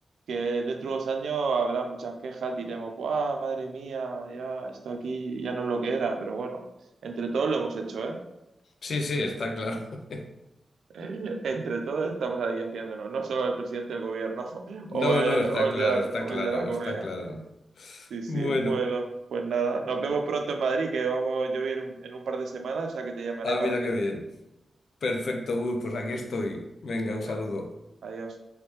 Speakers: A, on the right; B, on the left.
A: que dentro de unos años habrá muchas quejas, diremos, ¡guau, madre mía, ya está aquí, ya no es lo que era! Pero bueno, entre todos lo hemos hecho, ¿eh?
B: Sí, sí, está claro. <laughs>
A: <laughs> Entre todos estamos ahí haciéndolo, no solo el presidente del gobierno <laughs>
B: No,
A: o el,
B: no, está
A: o el
B: claro,
A: de la,
B: está
A: o
B: claro,
A: el de la comunidad.
B: está claro.
A: Sí, sí,
B: Bueno,
A: bueno, pues nada, nos vemos pronto en Madrid, que vamos yo voy a ir un- en un par de semanas, o sea que te llamaré
B: ah,
A: para
B: mira
A: que
B: qué bien. Perfecto, Gus, pues aquí estoy. Venga,
A: venga,
B: un saludo.
A: adiós.